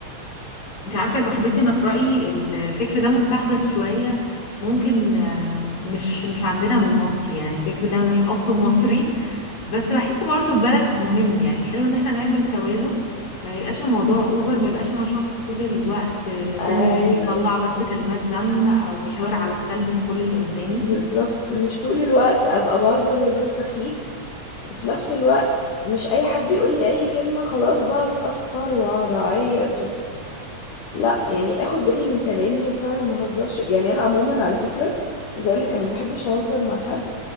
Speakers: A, on the left; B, on the left.
A: أنت عارفة يا صاحبتي أنا في رأيي الفكر ده مستحدث شوية ممكن آه، مش مش عندنا من مصر يعني الفكر ده مش أصله مصري بس بحس برضو البالانس مهم يعني حلو ان احنا نعمل توازن ما يبقاش الموضوع اوفر ما يبقاش انا شخص طول الوقت لساني
B: ايوه
A: بيطلع بس كلمات ذم او بيشاور على السلبي في كل اللي قدامي
B: بالظبط مش طول الوقت ابقى بهزر هزار سخيف وفي نفس الوقت مش اي حد يقول لي اي كلمة خلاص بقى اتأثر واقعد اعيط لا يعني اخد بالي من كلامي وفعلا ما اهزرش يعني انا عموما على فكره عايزه اقول لك انا ما بحبش اهزر مع حد